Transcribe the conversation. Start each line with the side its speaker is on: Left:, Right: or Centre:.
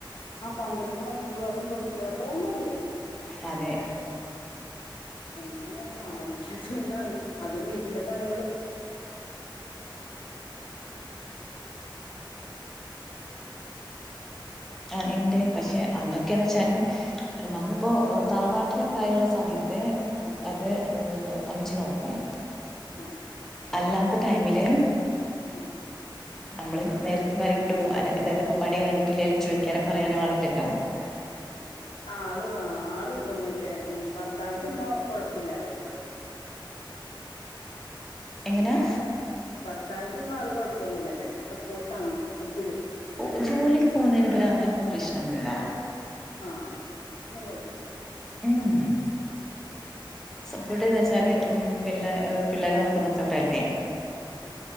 Left: ആ പന്ത്രണ്ട് മണിക്കൂറ് അതും ബസ് യാത്രന്നെല്ലേ
Centre: അതെ
Left: എങ്ങനെ സാധികുംന്നാണ് അതും വീട്ടിലെ പണി
Centre: ആ ഇണ്ട് പക്ഷെ അന്നൊക്കെന്ന്ച്ചാല് നമ്മളിപ്പോ തറവാട്ടിലൊക്കെ ആയുള്ള സമയത്ത് അതെ
Left: ആ
Centre: <unintelligible> അമ്മച്ചി നോക്കും
Left: ആ
Centre: ഇല്ലാത്ത ടൈമില്
Left: ആഹ്
Centre: നമ്മള് നേരത്തെ അരി വിട്ട് പോ അല്ലേ അതായത് ഇപ്പോ പണി കഴിഞ്ഞിട്ടില്ലേ ലും ചോയിക്കാനും പറയാനോ ആളില്ലല്ലോ ആളില്ലല്ലോ
Left: ഓആ ആള് ആ ആള് മറ്റേ ഉം ഭർത്താവിന്റെ ഉമ്മ കൊഴപ്പുല്ലല്ലേ ആള്
Centre: എങ്ങനെയാ
Left: ഭർത്താവിന്റെമ്മ ആള് കുഴപ്പൊന്നുല്ലലെ സപ്പോർട്ടാണ് എപ്പോഴും
Centre: ഉം ഓ ജോലിക്ക് പോകുന്നതിന് ഇബരാരു ഇപ്പം പ്രശ്നൊന്നുല്ല
Left: ആഹ് അതൊന്നും കൊഴപ്പല്ല
Centre: ഉം
Left: ഉം
Centre: പ്പോട്ടേന്ന് വെച്ചാല് ഉം പിള്ളേ പിള്ളേരെ നോക്കുന്നൊക്കെ അവരല്ലേ
Left: ആ